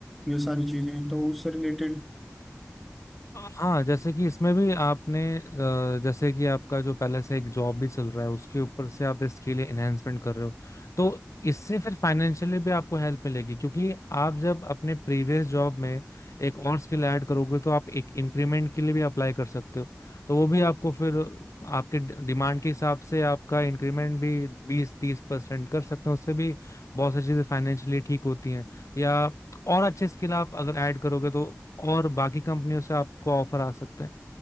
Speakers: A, in the centre; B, on the left (about 70°).
A: ये सारी चीजें तो उससे रिलेटेड
B: हाँ जैसे कि इसमें भी आपने अ, जैसे कि आपका जो पहले से एक जॉब भी चल रहा है उसके ऊपर से आप इसके लिए एनहेंसमेंट कर रहे हो तो इससे फिर फाइनेंशियली भी आपको हेल्प मिलेगी क्योंकि आप जब अपने प्रीवियस जॉब में एक और स्किल ऐड करोगे तो आप एक इंक्रीमेंट के लिए भी अप्लाई कर सकते हो तो वो भी आपको फिर आपके डिमांड के हिसाब से आपका इंक्रीमेंट भी बीस तीस परसेंट कर सकते हो उससे भी बहुत सारी चीज़ें फाइनेंशियली ठीक होती हैं या और अच्छे स्किल आप अगर ऐड करोगे तो और बाकी कंपनियों से आपको ऑफर आ सकते हैं